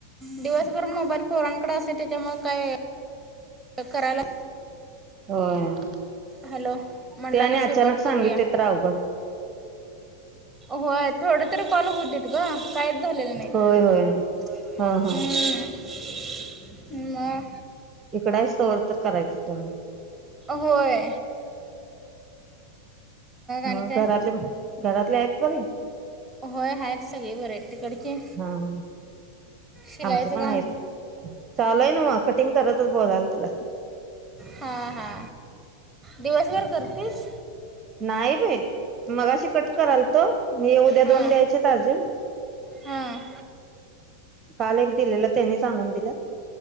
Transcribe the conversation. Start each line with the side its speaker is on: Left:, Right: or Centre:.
Centre: दिवसभर मोबाईल पोरांकड असतोय त्याच्यामुळ काय करायला
Right: होय
Centre: हॅलो म्हटलं
Right: ते आणि
Centre: आता
Right: अचानक
Centre: सुरुवात
Right: सांगितलेे
Centre: करूया
Right: तर अवघड
Centre: होय थोड तर कॉल होवू देत ग काहीच झालेलं नाहीत
Right: होय होय
Centre: होय होय
Right: हा हा
Centre: हम्म म
Right: इकड आहेस तोवर तर करायचं तु
Centre: होय. आणि
Right: मग
Centre: काय
Right: घरातले घरातले आहेत बरी
Centre: होय आहेत सगळे बरे आहेत तिकडचे
Right: हा हा
Centre: शिलाईचं
Right: आमचे पण
Centre: काम
Right: आहेत चालू हाय नव कटिंग करतच बोलालोय तुला
Centre: हा हा दिवसभर करतीस
Right: नाही बाई मगाशी कट करालतो मी उद्या हे
Centre: हां
Right: दोन द्यायचे आहेत अर्जंट
Centre: हां
Right: काल एक दिलेलं त्यानीच आणून दिलं.